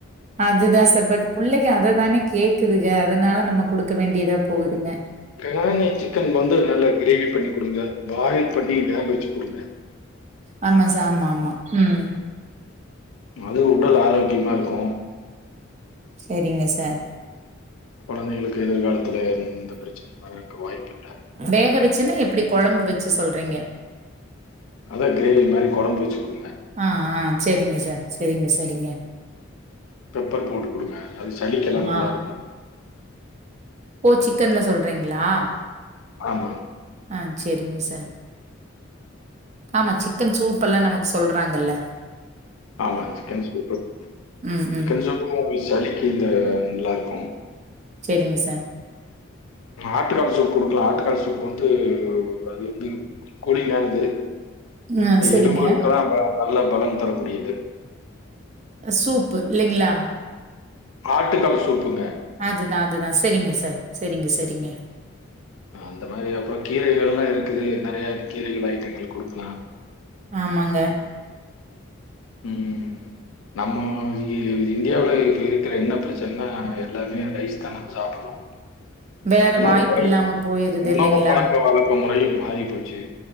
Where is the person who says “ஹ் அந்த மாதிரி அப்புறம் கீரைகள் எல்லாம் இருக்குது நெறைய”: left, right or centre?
Left